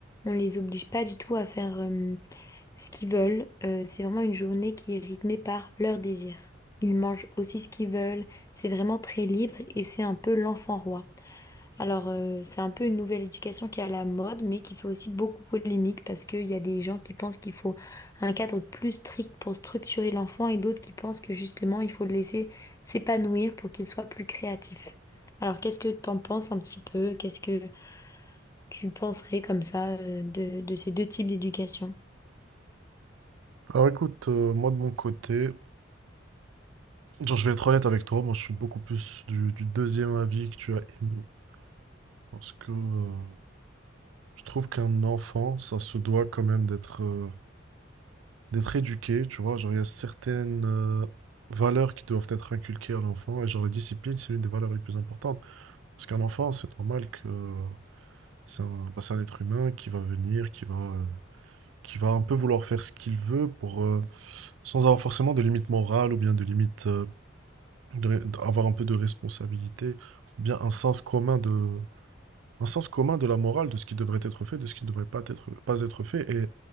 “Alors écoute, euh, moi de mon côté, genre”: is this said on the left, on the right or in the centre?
Right